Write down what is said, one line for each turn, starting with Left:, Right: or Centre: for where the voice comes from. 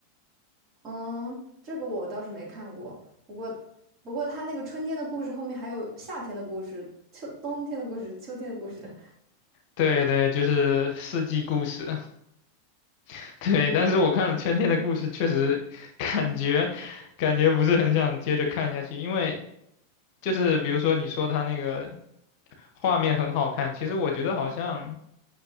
Right: 嗯，这个我倒是没看过，不过不过他那个春天的故事后面还有夏天的故事、秋冬天的故事、秋天的故事。
Left: 对对，就是《四季故事》。<laughs> 对，但是我看了《春天的故事》，确实感觉感觉不是很想接着看下去，因为就是比如说你说他那个画面很好看，其实我觉得好像